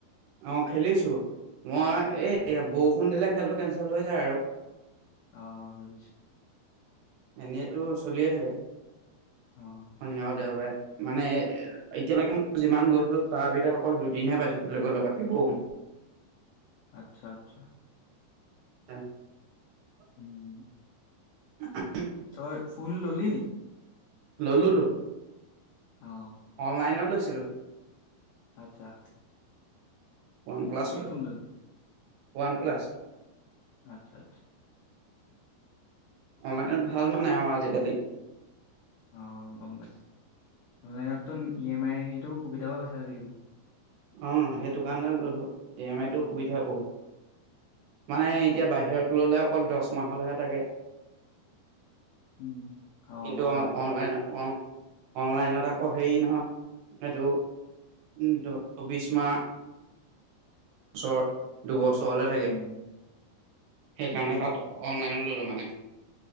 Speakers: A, on the right; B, on the left.
A: অ খেলিছো মই এই
B: উম।
A: বৰষুণ দিলে খেলটো কেন্সেল হৈ যায় আৰু।
B: অ বুজিছোঁ।
A: এনেটো চলিয়ে থাকে।
B: অ।
A: শনি আৰু দেওবাৰে মানে এতিয়ালৈকে মই যিমান গৈছোঁ তাৰ ভিতৰত অকল দুদিনহে পাইছোঁ খেলিবলৈ বাকী বৰষুণ।
B: আচ্ছা আচ্ছা।
A: <inaudible>
B: উম।
A: <unintelligible>
B: তই ফোন ললি নেকি?
A: ললোঁ ত।
B: অ।
A: অনলাইন লৈছিলোঁ।
B: আচ্ছা।
A: ওৱান প্লাছ
B: কি
A: ললো
B: ফোন ললি?
A: One plus.
B: আচ্ছা আচ্ছা।
A: অনলাইনত ভাল মানে আৰু আজিকালি।
B: অঁ গম পাইছো অনলাইনতো ই এম আই সেইটোও সুবিধাও আছে আজিকালি।
A: অ সেইটো কাৰণে ললোঁ ই এমটো
B: উম।
A: সুবিধা বহুত। মানে এতিয়া বাহিৰত ললে অকল দহ মাহলৈহে থাকে।
B: উম,
A: কিন্তু
B: হয়
A: অ
B: বাৰু।
A: অনলাইন অ অনলাইনত আকৌ হেৰি নহয় এইটো চৌবিশ মাহ ওচৰৰ দুই বছৰ লৈ থাকে
B: উম।
A: সেইকাৰণে
B: আচ্ছা
A: তাত অনলাইন ললো মানে।